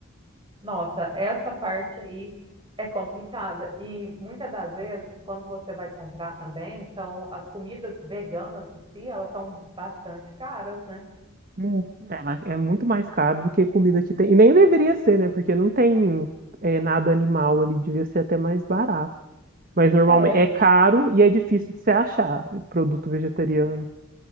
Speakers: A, on the right; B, on the right.
A: Nossa, essa parte aí é complicada. E muitas das vezes, quando você vai comprar também, são as comidas veganas em si, elas são bastante caras, né?
B: Hum, Ela é muito mais caro do que comida que tem. E nem deveria ser, né? Porque não tem é, nada animal ali, devia ser até mais barato. Mas normalmente
A: É,
B: é caro e é difícil de se achar produto vegetariano.